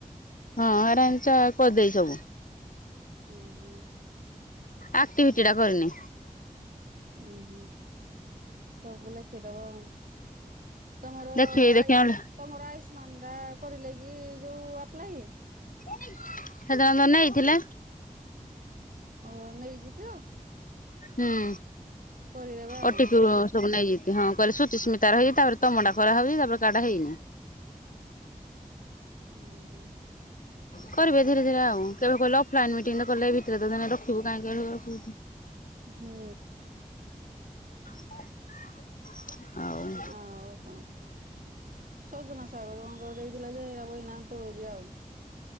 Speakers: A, on the left; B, on the right.
A: ହଁ ହେରା ହିନ୍ଦି ଚା କରିଦେଇଚି ସବୁ।
B: ଉଁ ହୁଁ।
A: ଆକ୍ଟିଭିଟି ଟା କରିନି।
B: ଉୁଁ ହୁଁ ସବୁ ଲେଖିଦବ ଆଉ। ତମର
A: ଦେଖିବି ଦେଖି
B: ଆଉ।
A: ନହେଲେ
B: ତମର ଆୟୁଷ୍ମାନ ଟା କରିଲେ କି ଯୋଉ ଆପ୍ଲାଏ।
A: ସେଇଟା ଆମର‌ ନେଇଥିଲେ।
B: ଓହୋ ନେଇଛି ତ
A: ହୁଁ
B: କରିଦେବେ ଆଉ
A: ଓଟିପି ବ ସବୁ ନେଇଚନ୍ତି ହଁ କୁଆଡେ ସୁଚିସ୍ମତା ର ହେଇଯାଇଚି ତା ପରେ ତମ କାମ କୁଆଡେ ହଉଛି କାର ଟା ହେଇନି।
B: ହୁଁ।
A: କରିବେ ଧୀରେ ଧୀରେ ଆଉ କେବେ କହିଲେ ଅଫଲାଇନ ମିଟିଂ କଲେ ଭିତରେ ତ ଦିନେ ରଖିବୁ କାହିଁ କେ
B: ହୁଁ।
A: <unintelligible> ଆଉ।
B: ଆଉ କଁ। ସଜନା ଶାଗରେ କଁ କରିଦେଇ ଥିଲା ଯେ ଦେଇଥିଲେ ଯେ ଏଇରାକ ଏଇନା ତୋଳୁଜି ଆଉ।